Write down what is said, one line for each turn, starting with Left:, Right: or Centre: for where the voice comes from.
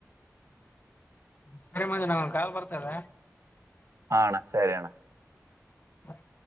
Left: ಸರಿ ಮಗ ನ ಕಾಲ್ ಬರ್ತದ
Right: ಹಾ ಅಣ್ಣ ಸರಿಯಣ್ಣ
Left: ಹಾರಿ